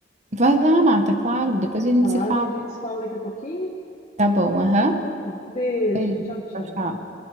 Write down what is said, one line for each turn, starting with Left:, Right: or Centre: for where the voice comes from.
Right: Vai lá, Marta, claro, depois a gente
Left: Tá?
Right: se fala.
Left: Daí a gente se fala daqui a pouquinho.
Right: Tá bom, aham.
Left: Então tá. Um Beijo.
Right: Beijo,
Left: Tchau, tchau.
Right: tchau, tchau.